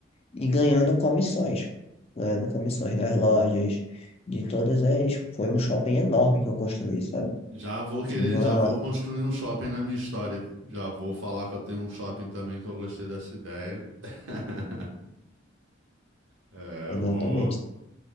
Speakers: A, on the left; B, on the right.
A: e ganhando comissões, ganhando comissões das lojas, de todas as. Foi um shopping enorme que eu construí, sabe?
B: Já vou querer,
A: Tinha,
B: já vou construir um shopping na minha história. Já vou falar que eu tenho um shopping também que eu gostei dessa ideia. <laughs> É,
A: exatamente,
B: vou,